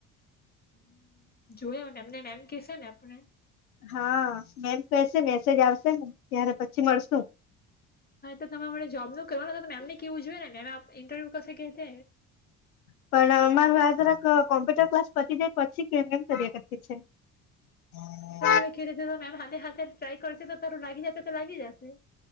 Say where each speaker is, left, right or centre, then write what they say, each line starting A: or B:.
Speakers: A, on the left; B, on the left.
A: હમ્મ. જોયોને એમનેને એમ કેસે ને આપણે.
B: હા, મેમ કશે મેસેજ આવશે ને. ત્યારે પછી મળશુ.
A: હા તો તમે હમણાં જોબનું કરવાનું તો મેમને કેવું જોઈએ ને મેમ ઇન્ટરવ્યુ કશે કહેતે
B: પણ અમાર વાત જરાક અહ કોમ્પ્યુટર ક્લાસ પતી જાય પછી કેમ નેમ કર્યા કરતી છે. હા.
A: તોમણે ખીલી તો મેમ હાથે હાથે ટ્રાય કરતી તો તારું લાગી જશે તો લાગી જશે.